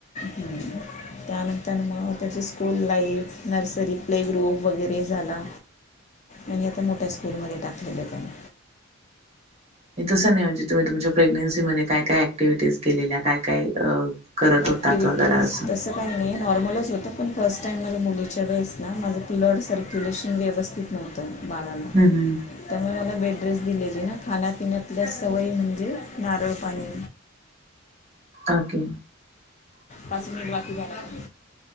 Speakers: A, on the left; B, on the right.
A: हम्म. त्यानंतर मग त्याची school life nursery play group वगैरे झाला. आणि आता मोठ्या स्कूलमध्ये टाकलेलं आहे त्यांनी
B: तसं नाही म्हणजे तुम्ही तुमच्या प्रेग्नेन्सीमध्ये काय काय ऍक्टिव्हिटीज केलेल्या काय काय? करत
A: ऍक्टिव्हटीज
B: होतात वगैरे असं
A: तस काही नाही नॉर्मलच होतं पण फर्स्ट टाईम मला मुलीच्या वेळेस ना माझं ब्लड सर्क्युलेशन व्यवस्थित नव्हतं बाळाला.
B: हं हं.
A: त्यामुळे मला बेडरेसट दिलेले ना खाण्यापिण्यातल्या सवयी म्हणजे नारळ पाणी
B: ओके.
A: पाच मिनिट बाकी झाला